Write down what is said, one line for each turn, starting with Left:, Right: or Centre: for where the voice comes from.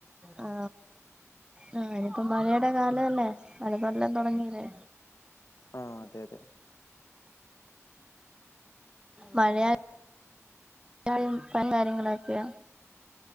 Right: ആ ആ ഇനിയിപ്പം മഴയുടെ കാല അല്ലേ മലപ്പല്ലൻ തുടങ്ങീല്ലേ
Left: ആ അതെ അതെ
Right: മഴയാ <unintelligible> കാര്യങ്ങളക്കിയ